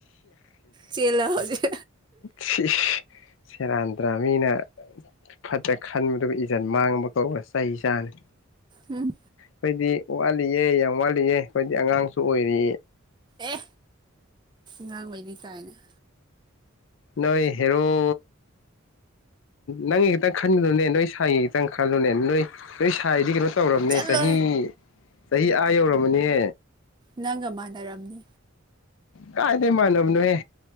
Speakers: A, on the right; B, on the left.
A: ꯆꯦꯜꯂꯣ ꯍꯧꯖꯤꯛ
B: <unintelligible> ꯁꯦꯔꯥꯟꯗ꯭ꯔꯕ ꯃꯤꯅ ꯐꯠꯇ ꯈꯟꯕꯗꯨꯕꯨ ꯏꯖꯟ ꯃꯥꯡꯕ ꯀꯧꯔ ꯆꯩ ꯆꯥꯅꯤ
A: ꯍꯝ
B: ꯈꯣꯏꯗꯤ ꯋꯥꯠꯂꯤꯌꯦ ꯌꯥꯝ ꯋꯥꯠꯂꯤꯌꯦ ꯈꯣꯏꯗꯤ ꯑꯉꯥꯡꯁꯨ ꯑꯣꯏꯔꯤꯌꯦ
A: ꯑꯦ ꯉꯥꯡꯕꯩꯅꯤ ꯀꯥꯏꯅ
B: ꯅꯣꯏ ꯍꯦꯔꯣ ꯅꯪꯒꯤ ꯈꯤꯇꯪ ꯈꯟꯒꯂꯨꯅꯦ ꯅꯣꯏ ꯁꯥꯏꯒꯤ ꯈꯤꯇꯪ ꯈꯜꯂꯨꯅꯦ ꯅꯣꯏ ꯅꯣꯏ ꯁꯥꯏꯗꯤ ꯀꯩꯅꯣ ꯇꯧꯔꯕꯅꯦ
A: ꯆꯠꯂꯣꯍꯦ
B: ꯆꯍꯤ ꯆꯍꯤ ꯑꯥ ꯌꯧꯔꯝꯃꯅꯦ
A: ꯅꯪꯒ ꯃꯥꯟꯅꯔꯝꯅꯦ
B: ꯀꯥꯏꯗꯩꯩ ꯃꯥꯅꯅꯕꯅꯣꯍꯦ